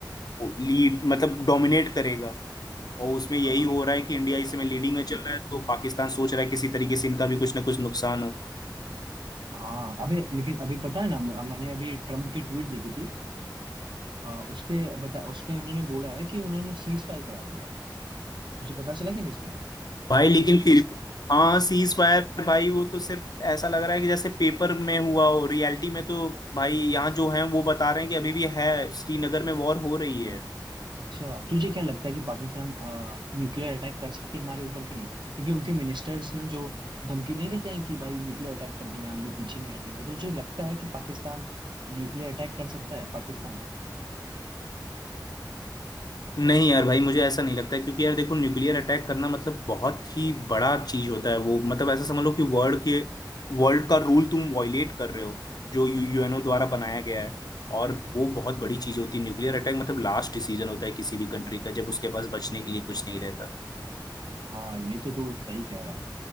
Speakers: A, on the left; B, on the right.
A: लीड मतलब डोमिनेट करेगा और उसमें
B: हाँ
A: यही हो रहा है कि इंडिया इस समय लीडिंग में चल रहा है तो पाकिस्तान सोच रहा है किसी तरीके से इनका भी कुछ ना कुछ नुकसान हो
B: हाँ अबे लेकिन अभी पता है ना म- मैंने अभी ट्रम्प की ट्वीट देखी थी आ, उसपे बता उसपे उन्होंने बोला है कि उन्होंने सीज फायर करा दिया है मुझे पता चला कि नहीं इसके बारे
A: भाई लेकिन फिर हाँ सीज फायर भाई वो तो सिर्फ ऐसा लग रहा है कि जैसे पेपर में हुआ हो रियलिटी में तो भाई यहाँ जो है वो बता रहे हैं कि अभी भी है श्रीनगर में वॉर हो रही
B: में
A: है
B: अच्छा तुझे क्या लगता है कि पाकिस्तान न्यूक्लियर अटैक कर सकती है हमारे ऊपर कि नहीं क्योंकि उनके मिनिस्टर्स ने जो धमकी नहीं देते हैं कि भाई न्यूक्लियर अटैक कर देंगे हम भी पीछे नहीं हटेंगे तो तुझे लगता है कि पाकिस्तान न्यूक्लियर अटैक कर सकता है पाकिस्तान
A: नहीं यार भाई मुझे ऐसा नहीं लगता है, क्योंकि यार देखो न्यूक्लियर अटैक करना मतलब बहुत ही बड़ा चीज होता है वो मतलब ऐसा समझ लो कि वर्ल्ड के वर्ल्ड का रूल तुम वॉयलेट कर रहे हो जो यू यूएनओ द्वारा बनाया गया है और वो बहुत बड़ी चीज होती है न्यूक्लियर अटैक मतलब लास्ट डिसीजन होता है किसी भी कंट्री का जब उसके पास बचने के लिए कुछ नहीं रहता
B: हाँ ये तो तू सही कह रहा है